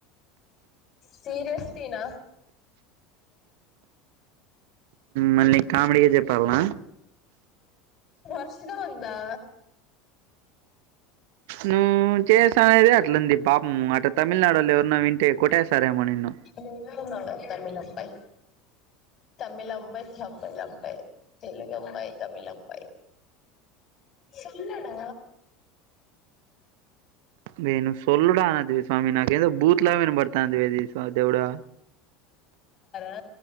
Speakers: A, on the left; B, on the right.
A: సీరియస్లీనా
B: మళ్ నీక్ కామెడీగా చెప్పాల్నా
A: వర్షగా ఉందా
B: నువ్వు చేసా అనేదే అట్లుంది పాపం అటు తమిళనాడోళ్ళు ఎవరన్న వింటే కొట్టేస్తారేమో నిన్ను
A: విన్నా <inaudible> తమిళ్ అబ్బాయి తమిల్ అమ్మాయి, తమిళ్ అబ్బాయ్ తెలుగు అమ్మాయి తమిళ్ అబ్బాయ్ సొల్లుడా
B: నేను సొల్లుడ అనది స్వామి నాకేదో బూత్ లాగ వినబడ్తాంది అది దేవుడా
A: ఆ